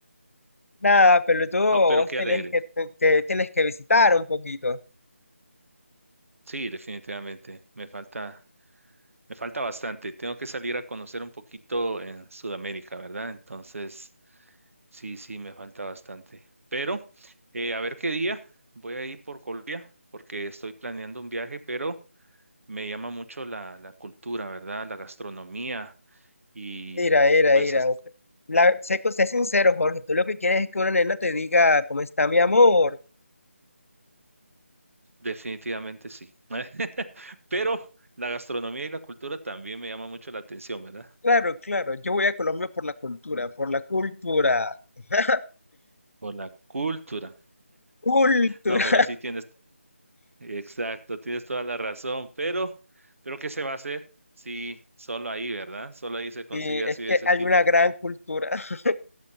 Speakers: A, on the left; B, on the right.
A: Nada, pelotudo,
B: No, pero
A: vos
B: qué
A: tenés
B: alegre.
A: que, te, te- tenés que visitar un poquito.
B: Sí, definitivamente. Me falta. Me falta bastante. Tengo que salir a conocer un poquito en Sudamérica, ¿verdad? Entonces, sí, sí, me falta bastante. Pero, eh, a ver qué día voy a ir por Colombia, porque estoy planeando un viaje, pero me llama mucho la, la cultura, ¿verdad? La gastronomía y
A: Mira, mira,
B: pues
A: mira.
B: as-
A: usted- La, sé, sé sincero, Jorge, tú lo que quieres es que una nena te diga, ¿cómo está mi amor?
B: definitivamente sí. <laughs> Pero la gastronomía y la cultura también me llama mucho la atención, ¿verdad?
A: Claro, claro, yo voy a Colombia por la cultura, por la cultura. <laughs>
B: Por la cultura.
A: Cultura.
B: No, pero sí tienes. Exacto, tienes toda la razón, pero, pero ¿qué se va a hacer? Sí, solo ahí, ¿verdad? Solo ahí se consigue
A: Y
B: así
A: es que
B: de ese
A: hay
B: tipo.
A: una gran cultura, <laughs>